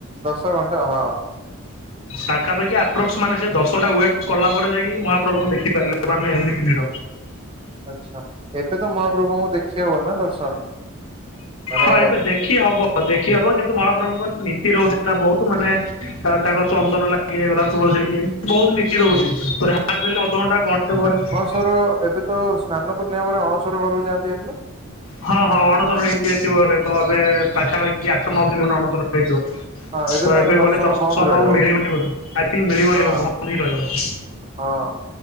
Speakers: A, on the right (about 25°); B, on the left (about 75°).
A: ଦଶ ଘଣ୍ଟା ହଁ
B: ପାଖାପାଖି ଆପ୍ରୋକ୍ସ ମାନେ ସେ ଦଶଟା ୱେଟ କଲା ପରେ ଯାଇକି ମହା ପ୍ରଭୁଙ୍କୁ ଦେଖି ପାରିଲେ ମାନେ ଏମିତି ଭିଡ
A: ଆଚ୍ଛା ଏବେ ତ ମହାପ୍ରଭୁଙ୍କୁ ଦେଖି ହବ ନା ଦର୍ଶନ ମାନେ
B: ହଁ ଏବେ ଦେଖି ହବ ଦେଖି ହବ କିନ୍ତୁ ମହାପ୍ରଭୁଙ୍କ ନା ନୀତି ରହୁଛି ନା ବହୁତ ମାନେ ତାଙ୍କର ଚନ୍ଦନ ଲା ଗି ହେଇଗଲା ତୁଳସୀ ଲାଗି ବହୁତ ନୀତି ରହୁଛି ଅଧଘଣ୍ଟା ଘଣ୍ଟେ ପରେ
A: ର ଏବେ ତ ସ୍ନାନ ପୂର୍ଣ୍ଣିବରେ ଅଣସର ଘରକୁ ଯାଆନ୍ତି ହେ
B: ହଁ ହଁ ଅଣସର ହେଇଯାଇଥିବ ଏ ତ ଏବେ ପାଖାପାଖି ଆଠ ନ ଦିନି ଅଣସର ହେଇଥିବ
A: ହଁ
B: ତ ଏବେ
A: ଆମେ
B: ଗଲେ ଦର୍ଶନ
A: ବନ୍ଦ ରହିବ
B: ମିଳିବନି ବୋଲି ମିଳିବନି
A: ହଁ
B: ଏ ବନ୍ଦ ହଁ ରହିବ।
A: ହଁ।